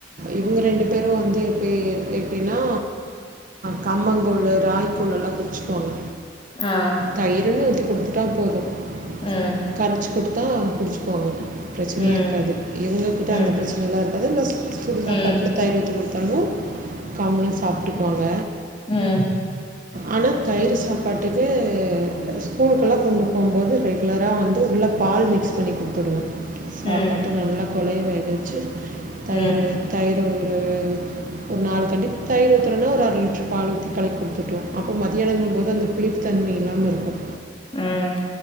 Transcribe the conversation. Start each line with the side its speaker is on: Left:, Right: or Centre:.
Right: இவங்க ரெண்டு பெரும் வந்து எப்டி எப்டின்னா
Left: <inaudible>
Right: கம்மங்கூழூ ராகிகூழலாம் குடிச்சுக்குவாங்க
Left: ஆ
Right: தயிர்ன்னு ஊத்த கொடுத்துட்டா போதும்
Left: ம்
Right: கரச்சு குடுத்தா குடிச்சு போங்க பிரச்சனையே
Left: ம்
Right: இருக்காது இவங்ககிட்ட
Left: ம்
Right: அந்த பிரச்சனை இருக்காது இல்ல சுமா சுடுசாப்பாட்ல
Left: ம்
Right: தயிர எது குடுத்தாலும் காமானா சாப்பிட்டுக்குவாங்க
Left: ம்
Right: ஆனால் தயிறு சாப்பாட்டுக்கு ஸ்கூலுக்கெல்லாம் கொண்டு போகும்போது ரெகுலராக வந்து உள்ளே பால் மிக்ஸ் பண்ணி குடுத்துடுவேன் சாப்பாட்டு
Left: ம்
Right: நல்லா கொலைய்ய வேக வச்சு தயிரு
Left: ம்
Right: தயிர் ஒரு ஒரு நாலு தட்டுக்குகண்டித்தாயபத்தி எத்தனனா ஒரு அரை லட்ச பால் ஊித்தி களக்கி குடுத்துட்டோம் து மதியியானங்களும் போது அந்த புளிப்பு தன்மை இல்லாம இருக்கும்
Left: ம்